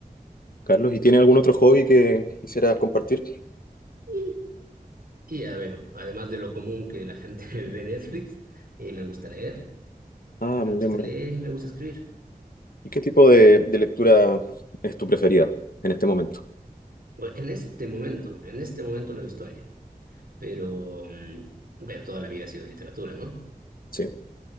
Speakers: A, on the left; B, on the right.
A: Carlos, ¿y tiene algún otro hobby que quisieras compartir?
B: Y, y a ver, además de lo común que la gente <laughs> ve Netflix, eh, me gusta leer,
A: Ah,
B: me
A: muy
B: gusta
A: bien, muy
B: leer
A: bien.
B: y me gusta escribir.
A: ¿Y qué tipo de, de lectura es tu preferida en este momento?
B: Bueno, en este momento, en este momento leo historia, pero mm, bueno, toda la vida ha sido literatura, ¿no?
A: Sí.